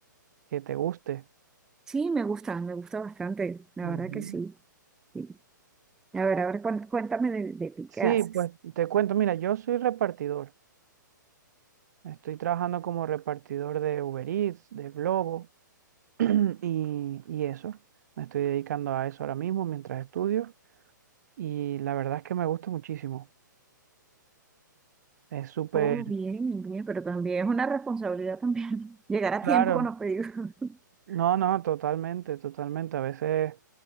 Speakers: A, on the right; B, in the centre.
A: que te guste.
B: sí, me gusta, me gusta bastante, la
A: Ujú.
B: verdad que sí. sí. A ver, a ver, cuén- cuéntame de, de ti,
A: Sí,
B: ¿qué haces?
A: pues te cuento, mira, yo soy repartidor. Estoy trabajando como repartidor de Uber Eats, de Globo <clears throat> y, y eso. Me estoy dedicando a eso ahora mismo mientras estudio y la verdad es que me gusta muchísimo. Es súper
B: Oh, bien, bien, pero también es una responsabilidad también <laughs> llegar a
A: claro.
B: tiempo con los pedidos. <laughs>
A: No, no, totalmente, totalmente. A veces